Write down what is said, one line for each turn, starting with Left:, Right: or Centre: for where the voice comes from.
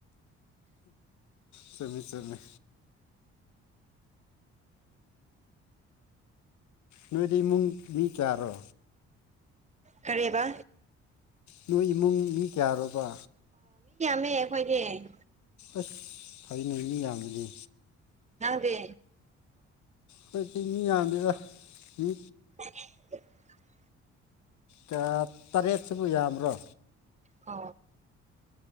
Left: ꯁꯃꯤꯃꯤ ꯁꯃꯤ ꯅꯣꯏꯗꯤ ꯏꯃꯨꯡ ꯃꯤ ꯀꯔꯣ
Right: ꯈꯔꯦꯕ
Left: ꯅꯣꯏ ꯏꯃꯨꯡꯒꯤ ꯀꯌꯥꯔꯕ
Right: ꯃꯦꯈꯣꯏꯅꯦꯦ
Left: ꯑꯁ ꯐꯅꯗꯤ ꯌꯥꯝꯕꯅꯦ
Right: ꯒꯦ
Left: ꯍꯧꯣꯏꯛꯇ ꯃꯤ ꯌꯥꯝꯗꯗ ꯃꯤ
Right: <unintelligible>
Left: ꯀꯌꯥ ꯇꯔꯦꯠꯁꯤꯕꯨ ꯌꯥꯝꯕ꯭ꯔꯣ
Right: ꯍ